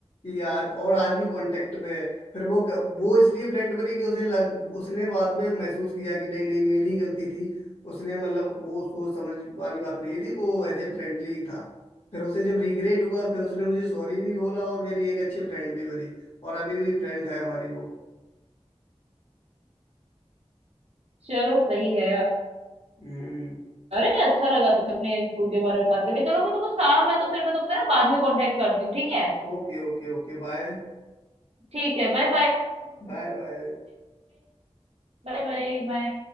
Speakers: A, on the left; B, on the right.
A: कि आज और आज भी कांटेक्ट में है फिर वो क- वो इसलिए फ्रेंड बनी कि उसे लग, उसने बाद में महसूस किया कि नहीं नहीं मेरी ही गलती थी उसने मतलब वो सोच समझ वाली बात नहीं थी वो ऐसे फ्रेंडली था फिर उसे जब रिग्रेट हुआ फिर उसने मुझे सॉरी भी बोला और मेरी एक अच्छी फ्रेंड भी बनी और अभी भी फ्रेंड है हमारी वो
B: चलो सही है
A: Hmm
B: अरे अच्छा लगा तुम अपने स्कूल के बारे में बात करके चलो मुझे कुछ काम है तो फिर मैं तुमसे ना बाद में कांटेक्ट करती हूँ ठीक है
A: Okay okay okay bye
B: ठीक है bye bye
A: Bye bye
B: bye bye bye